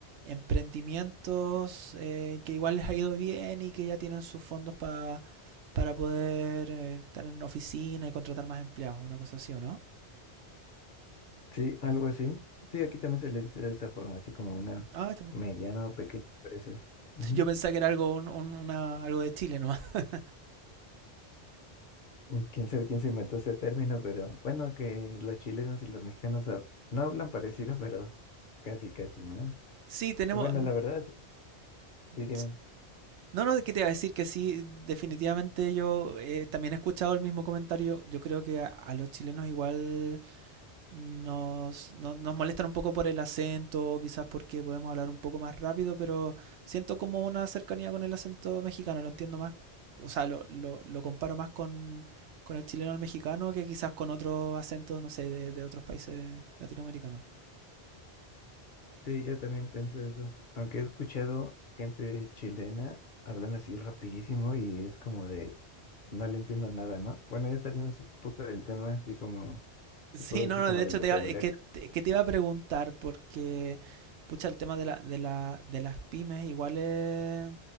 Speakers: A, on the right; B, on the left.
A: emprendimientos eh, que igual les ha ido bien y que ya tienen sus fondos pa- para poder eh, estar en oficina y contratar más empleados, una cosa así, ¿o no?
B: Sí, algo así. Sí, aquí también se le dice de esa forma, así como una
A: Ah, también.
B: mediana o pequeña empresa.
A: <laughs>
B: Ujú.
A: Yo pensaba que era algo, un- un- una- algo de Chile nomás. <laughs>
B: Mm, Quién sabe quién se inventó ese término, pero bueno, que los chilenos y los mexicanos hab- no hablan parecido, <laughs> pero casi, casi, ¿no?
A: Sí, tenemos.
B: Bueno,
A: n-
B: la verdad, sí, dime.
A: s- No, no, ¿qué te iba a decir? Que sí, definitivamente yo eh, también he escuchado el mismo comentario. Yo creo que a a los chilenos igual Nos, no- nos molestan un poco por el acento, quizás porque podemos hablar un poco más rápido, pero siento como una cercanía con el acento mexicano, lo entiendo más, o sea, lo, lo- lo comparo más con, con el chileno al mexicano que quizás con otros acentos, no sé, de, de otros países latinoamericanos.
B: Sí, yo también pienso eso. Aunque he escuchado gente chilena hablando así rapidísimo y es como de, no le entiendo nada, ¿no? Bueno, ya salimos un poco del tema, así como,
A: Sí,
B: te puedo decir
A: no, no,
B: como
A: de
B: del
A: hecho
B: vocabulario.
A: te iba- es que, te- que te iba a preguntar porque, pucha, el tema de la, de la, de las pymes, igual es,